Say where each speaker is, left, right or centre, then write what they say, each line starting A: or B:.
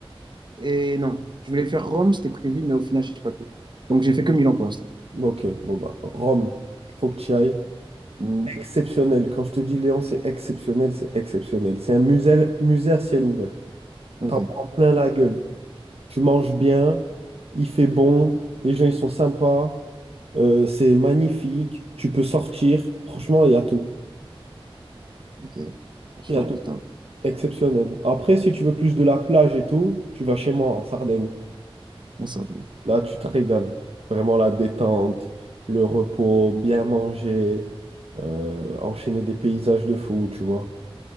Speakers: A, on the right (about 50°); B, on the right (about 80°).
A: et non, je voulais faire Rome, c'était prévu, mais au final, je n'ai pas fait. Donc, j'ai fait que Milan pour l'instant.
B: Ok, bon bah, Rome, faut que tu y ailles.
A: Mhm.
B: Exceptionnel. Quand je te dis Léon, c'est exceptionnel, c'est exceptionnel. C'est un musée, musée à ciel ouvert.
A: Ok,
B: T'en prends plein la gueule. Tu manges bien, il fait bon, les gens ils sont sympas, euh, c'est magnifique, tu peux sortir. Franchement, il y a tout.
A: ok. Franchement,
B: Il y a tout.
A: putain,
B: Exceptionnel. Après, si tu veux plus de la plage et tout, tu vas chez moi en Sardaigne.
A: on s'en va.
B: Là, tu te régales. Vraiment la détente, le repos, bien manger, euh, enchaîner des paysages de fou, tu vois.